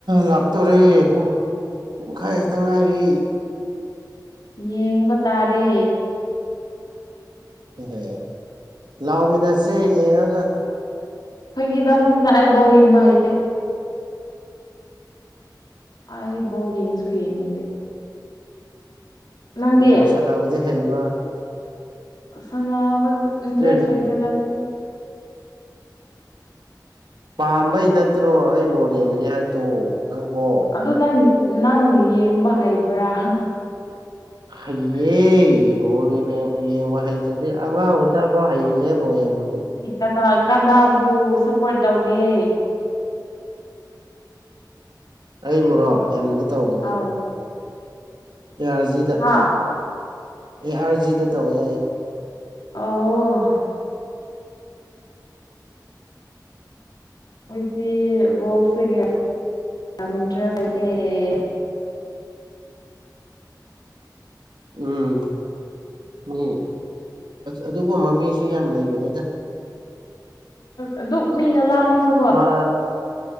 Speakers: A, on the right; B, on the left.
A: ꯂꯥꯛꯇꯣꯔꯦ ꯄꯨꯡ ꯄꯨꯡꯈꯥꯏ ꯈꯛꯇ ꯉꯥꯏꯔꯤ
B: ꯌꯦꯡꯕ ꯇꯥꯔꯦ
A: ꯍꯣꯏ ꯂꯥꯎꯃꯤꯟꯅꯠꯁꯦ ꯌꯦꯡꯉꯒ
B: ꯐꯈꯤꯗꯕꯅꯤꯅ ꯑꯩ ꯕꯣꯔ ꯌꯦꯡꯕ ꯍꯩꯇꯦ ꯑꯩ ꯕꯣ ꯌꯦꯡꯁꯨ ꯌꯦꯡꯅꯤꯡꯗꯦ ꯅꯪꯗꯤ
A: ꯕꯣꯜ ꯁꯥꯟꯅꯕꯗꯤ ꯍꯩꯕ꯭ꯔꯥ
B: ꯁꯥꯅꯕ ꯗꯔ꯭ꯦꯁ
A: ꯑꯦ
B: ꯂꯩ ꯀꯗꯥꯏꯗꯒꯤ
A: ꯄꯥꯝꯕꯩ ꯅꯠꯇ꯭ꯔꯣ ꯑꯩ ꯕꯣꯜ ꯌꯦꯡꯒꯅꯤ ꯍꯥꯏꯗꯣ ꯅꯪꯕꯣ
B: ꯑꯗꯨ ꯅꯪ ꯅꯪ ꯌꯦꯡꯕ ꯍꯩꯕ꯭ꯔꯥ <unintelligible>
A: ꯍꯩꯌꯦ ꯕꯣꯜ ꯌꯦꯡꯕ ꯌꯦꯡꯕ ꯍꯩꯇ꯭ꯔꯗꯤ ꯑꯉꯥꯡ ꯃꯆꯥꯐꯥꯎ ꯍꯩꯕꯅꯦꯍꯦ ꯕꯣꯜ ꯌꯦꯡꯕꯗꯤ
B: ꯀꯅꯥ ꯀꯅꯥꯕꯨ ꯁꯞꯄꯣꯔꯠ ꯇꯧꯒꯦ
A: ꯑꯩꯕꯨꯔꯣ ꯑꯦꯝꯗ ꯇꯧꯕꯅꯦ
B: ꯑꯥꯎ
A: ꯑꯦ ꯑꯥꯔꯖꯤꯗ
B: ꯍꯥ
A: ꯑꯦ ꯑꯥꯔꯖꯤꯗ ꯇꯧꯋꯦ
B: ꯑꯣ <unintelligible>
A: ꯎꯝ ꯃꯤ ꯑꯗꯨꯒꯨꯝꯕ ꯃꯤꯁꯨ ꯌꯥꯝ ꯂꯩꯕꯅꯤꯗ
B: ꯑꯗꯨꯛ ꯃꯤꯅ ꯂꯥꯡꯉꯁꯨ
A: ꯃꯥ